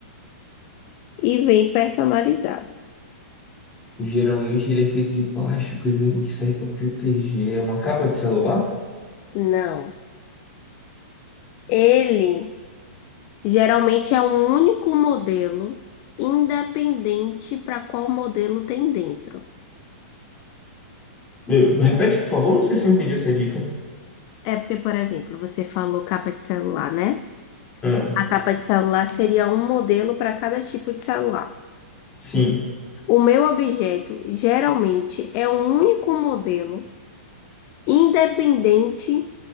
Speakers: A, on the left; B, on the left.
A: e vem personalizado.
B: Geralmente ele é feito de plástico e vem que serve para proteger. É uma capa de celular?
A: Não. Ele geralmente é um único modelo, independente para qual modelo tem dentro.
B: Meu, repete, por favor, não sei se eu entendi essa dica.
A: É porque, por exemplo, você falou capa de celular, né?
B: Ah,
A: A capa de celular seria um modelo para cada tipo de celular.
B: sim.
A: O meu objeto geralmente é um único modelo independente